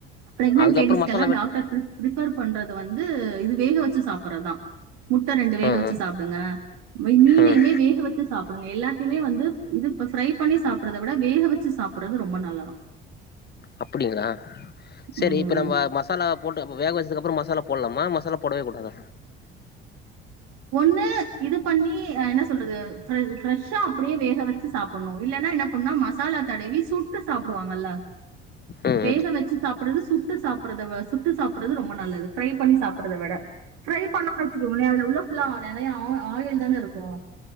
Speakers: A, on the right (about 65°); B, on the left (about 35°).
A: பிரெக்னன்ட்
B: அதுக்கப்றோ
A: லேடிஸ்கெல்லாம்
B: மசாலா வெட்
A: டாக்டர்ரெஃபர் பண்றது வந்து இது வேக வச்சு சாப்படுறதான் முட்டை ரெண்டு வேக
B: ம்
A: வச்சு
B: ம்
A: சாப்பிடுங்க மீனையுமே
B: ம்
A: வேக வச்சு சாப்பிடுங்க எல்லாத்தையுமே வந்து இது இப்ப ஃரை பண்ணி சாப்படுறதை விட வேக வச்சு சாப்பிறது ரொம்ப நல்லதான்
B: அப்படிங்களா சரி
A: உம்
B: இப்போ நம்ம மசாலா போட்டு வேக வச்சதுக்க அப்புறம் மசாலா போடலாமா மசாலா போடவே கூடாதா
A: ஒண்ணு இது பண்ணி என்ன சொல்றது ஃபிரரெஷ்ஷா அப்படியே வேக வச்சு சாப்பிடணும் இல்லேன்னா என்ன பண்ணும் மசாலா தடவி சுட்டு சாப்பிடுவாங்கல்ல
B: ம்
A: வேக வச்சு சாப்படுறது சுட்டு சாப்பிறத சுட்டு சாப்பிடுறது ரொம்ப நல்லது ஃபிரை பண்ணி சாப்ப விட ஃபிரை பண்ணனு வச்சுக்கோா உப்புலாம் நிறைய ஆயில் தான இருக்கும்